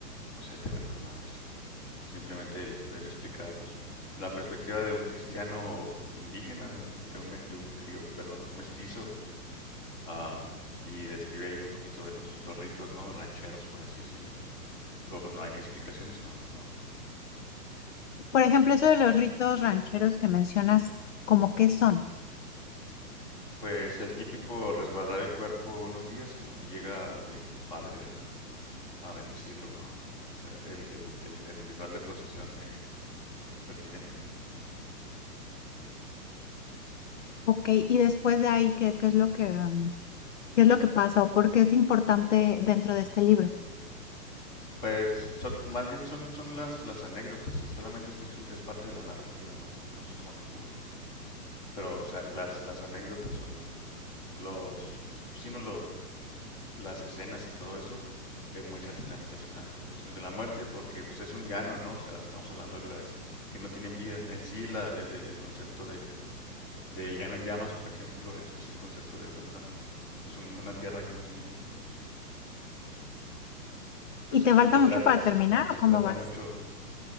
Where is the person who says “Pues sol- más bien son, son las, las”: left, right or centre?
Left